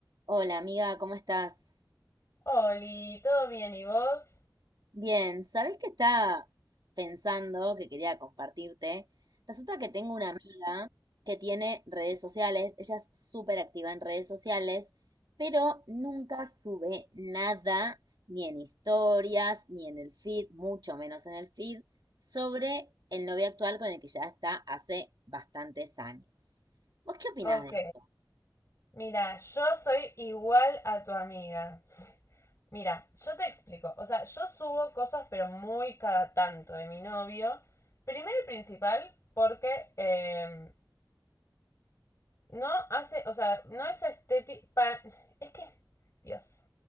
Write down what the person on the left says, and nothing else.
Oli, ¿todo bien y vos?
Ok,
mira, yo soy igual a tu amiga. Mira, yo te explico. O sea, yo subo cosas, pero muy cada tanto de mi novio. Primero y principal, porque eh, no hace, o sea, no es estético. Es que, Dios.